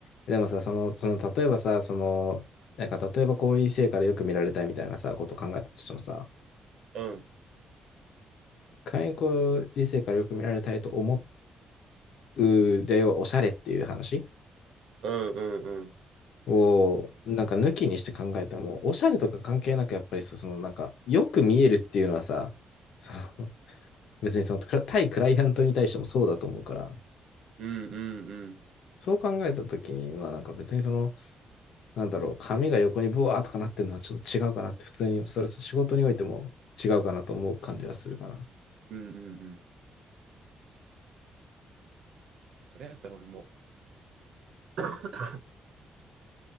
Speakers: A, on the left (about 80°); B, on the right (about 70°).
A: でもさ、その、その、例えばさ、その、なんか、例えばこういう異性からよく見られたいみたいなさ、ことを考えたとしてもさ、
B: うん。
A: 仮にこういう異性からよく見られたいと思うでよ、おしゃれっていう話
B: うんうんうん。
A: を、なんか抜きにして考えても、おしゃれとか関係なく、やっぱりそその、なんか、よく見えるっていうのはさ、その、別にその、対クライアントに対してもそうだと思うから、
B: うんうんうん。
A: そう考えたときに、まあなんか別にその、なんだろう、髪が横にボワーとかなってるのはちょっと違うかなって、普通に、それ仕事においても違うかなと思う感じはするかな。
B: うんうんうん。それやったら俺も <coughs>